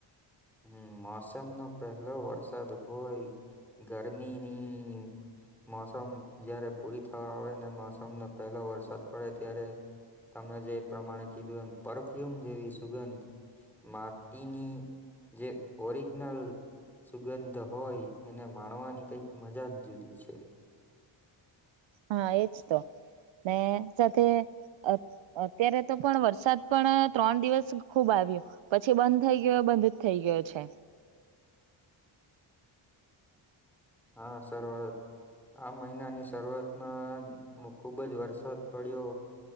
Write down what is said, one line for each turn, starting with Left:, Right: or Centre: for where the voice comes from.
Centre: હમ્મ મોસમ નો પહેલો વરસાદ હોય ગરમીની. મોસમ જય્યારે પૂરી થવા આવે ને મોસમનો પહેલો વરસાદ પડે ત્યારે. તમે જે પ્રમાણે કીધું એમ પરફ્યુમ જેવી સુગંધ માટીની જે ઓરિજનલ સુગંધ હોય એને માણવાની કઈક મજાજ જુદી છે.
Right: હા એજતો ને સાથે અ અત્યારે તો પણ વરસાદ પણ ત્રણ દિવસ ખુબ આવ્યો. પછી બંધ થઇ ગયો બંધજ થઈ ગયો છે.
Centre: હા સર્વ આ મહિનાની શરૂઆતમાં હ ખુબજ વરસાદ પડ્યો.